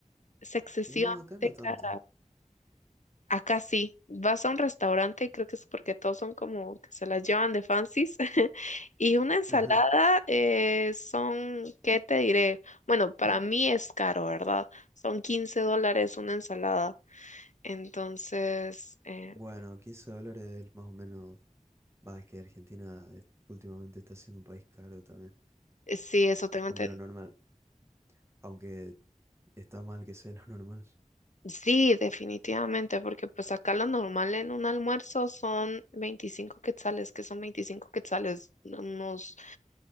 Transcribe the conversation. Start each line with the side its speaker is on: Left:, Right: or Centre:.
Left: es excesivamente
Right: No, acá no tanto.
Left: cara. Acá sí, vas a un restaurante y creo que es porque todos son como que se las llevan de fancies. <laughs> Y una ensalada
Right: <laughs>
Left: eh, son, ¿qué te diré? Bueno, para mí es caro, ¿verdad? Son 15 dólares una ensalada. Entonces, eh,
Right: Bueno, 15 dólares más o menos. Va, es que Argentina es- últimamente está siendo un país caro también.
Left: eh, sí, eso tengo
Right: Es como
Left: entendido.
Right: lo normal, aunque está mal que sea lo normal.
Left: Sí, definitivamente, porque pues acá lo normal en un almuerzo son 25 quetzales, que son 25 quetzales, unos